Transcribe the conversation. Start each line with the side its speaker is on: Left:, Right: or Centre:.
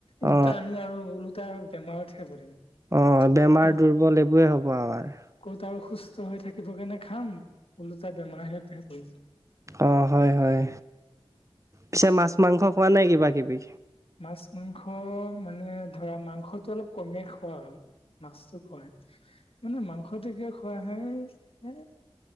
Left: ওলোটা
Right: অ
Left: আমি আৰু ওলোটা বেমাৰতহে পৰিম
Right: অ বেমাৰ
Left: ক'ত
Right: দুৰ্বল এইবোৰে হ'ব আমাৰ
Left: ক'ত আৰু সুস্থ হৈ থাকিবৰ কাৰণে খাম ওলোটা বেমাৰতহে পৰিম।
Right: অঁ হয় হয় পিছে মাছ মাংস খোৱা নাই কিবা কিবি?
Left: মাছ মাংস মানে ধৰা মাংসটো অলপ কমে খোৱা হয়। মাছটো খুৱাই মানে মাংসটো কিয় খুৱাই হয়?